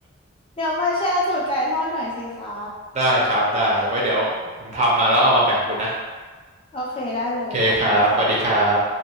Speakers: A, on the left; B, on the right.
A: เดี๋ยวมาแชร์สูตรไก่ทอดหน่อยสิคะ
B: ได้ครับได้ไว้เดี๋ยวผมทำมาแล้วเอามาแบ่งคุณนะ
A: โอเคได้เลยขอบคุณค่ะ
B: โอเคครับสวัสดีครับ